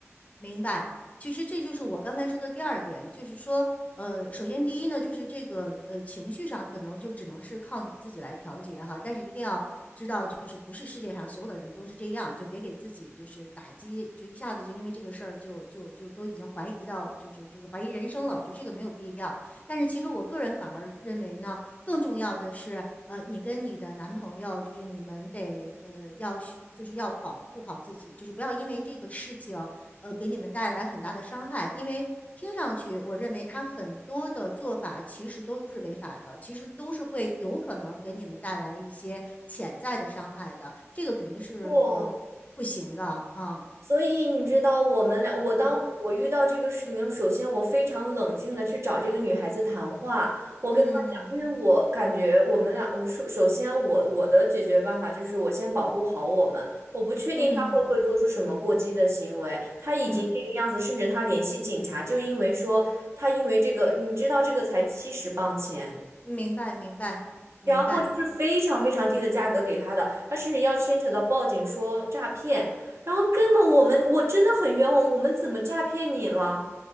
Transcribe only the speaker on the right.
不，所以你知道，我们俩，我当我遇到这个事情的时候，
首先我非常冷静的去找这个女孩子谈话，我跟她讲，
因为我感觉我们俩，我首首先我我的解决办法就是我先保护好我们，我不确定她会不会做出什么过激的行为，
她已经这个样子，
甚至她联系警察，就因为说她因为这个，你知道这个才七十磅钱。
然后就是非常非常低的价格给他的，他甚至要牵扯到报警说诈骗，然后根本我们我真的很冤枉，我们怎么诈骗你了？